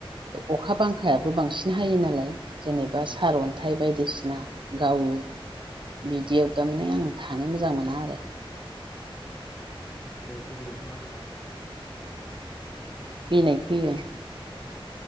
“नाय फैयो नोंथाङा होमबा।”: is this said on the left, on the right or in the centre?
Left